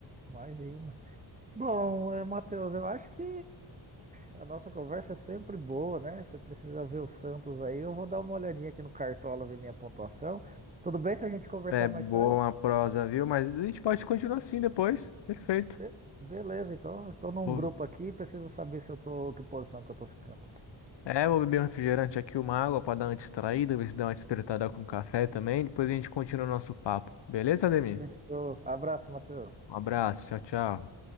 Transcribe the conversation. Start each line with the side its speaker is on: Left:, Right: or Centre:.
Right: imagina. Bom, eh, Matheus, eu acho que a nossa conversa é sempre boa, né? Você precisa ver o Santos aí. Eu vou dar uma olhadinha aqui no Cartola, ver minha pontuação. Tudo bem se a gente conversar
Left: É boa
Right: mais tarde?
Left: a prosa, viu? Mas a gente pode continuar assim depois. Perfeito.
Right: Be- beleza, então. Estou num
Left: Vou-
Right: grupo aqui, preciso saber se eu tô, que posição que eu tô ficando.
Left: É, vou beber um refrigerante aqui, uma água para dar uma distraída, ver se dá uma despertada com café também. Depois a gente continua o nosso papo. Beleza, Ademir?
Right: Fechou. Abraço, Matheus.
Left: Um abraço, tchau, tchau.